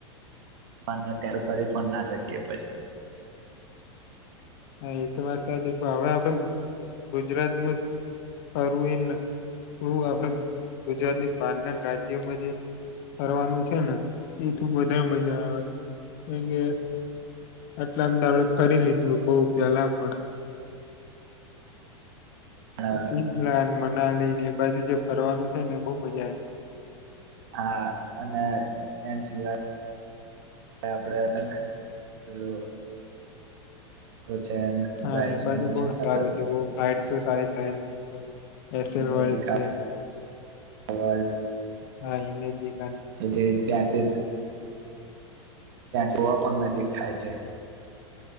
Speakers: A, on the right; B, on the left.
A: <unintelligible> ત્યાં તો ફરી પણ ના શકીએ પછી.
B: હા એ તો વાત સાચી, પણ હવે આપડે ગુજરાતમાં ફરવું એ <unintelligible> આપડે ગુજરાતની બાર ના રાજ્યોમાં જે ફરવાનું છે ને એ <unintelligible> મજા આવે <unintelligible> આપડે ફરી લીધું બહું. પેલા પણ
A: પણ
B: સિલાન લઈ ને બાજુ જે ફરવાનું છે ને બહુ મજા આવે.
A: હા અને એ સિવાય આપડ પેલું છે
B: હા
A: રાઈડ
B: એ
A: શો
B: બાજુ
A: નું
B: બહ
A: છે ને
B: સારું છે બ ગાઈટ શું સારી સારી. છે એસેલ
A: ઇમેજિક
B: વર્લ્ડ છે
A: વલ્ડ.
B: હા એમેજી.
A: એલે ત્યાં છે. જોવા પણ નજીક થાય છે.